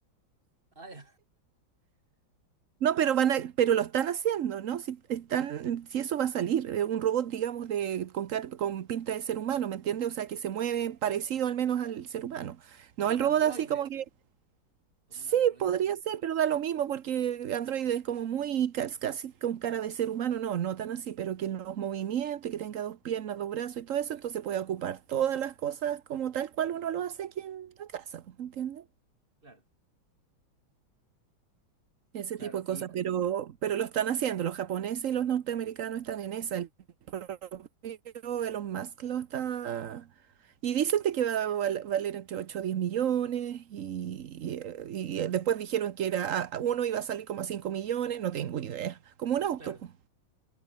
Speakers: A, on the right (about 25°); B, on the right (about 50°).
A: ah, ya,
B: No, pero van a, pero lo están haciendo, ¿no? Si están, si eso va a salir, eh, un robot, digamos, de, con, car- con pinta de ser humano, ¿me entiendes? O sea, que se mueve parecido al menos al ser humano. No,
A: como
B: el
A: un
B: robot
A: androide.
B: así como que,
A: ¿Como
B: sí,
A: un androide,
B: podría
A: dices
B: ser,
A: tú?
B: pero da lo mismo porque Android es como muy, cas- casi con cara de ser humano, no, no tan así, pero que los movimientos y que tenga dos piernas, dos brazos y todo eso, entonces puede ocupar todas las cosas como tal cual uno lo hace aquí en la casa, ¿me entiendes?
A: Claro,
B: ese
A: claro.
B: tipo de cosas,
A: Y
B: pero, pero lo están haciendo, los japoneses y los norteamericanos están en esa, el propio Elon Musk lo está... Y dicen de que va a val- valer entre 8 o 10 millones y, y- eh, y después dijeron que era a- uno iba a salir como a 5 millones, no tengo idea, como un auto.
A: claro,
B: po.